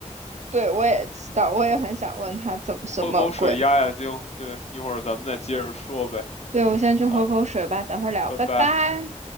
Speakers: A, on the right; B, on the left.
A: 对，我也知道，我也很想问他怎么什么鬼。
B: 我喝口水压压惊。对，一会儿咱们再接着说呗。
A: 对，我先去喝口水吧，
B: 好，
A: 等会儿聊，
B: 拜拜。
A: 拜拜。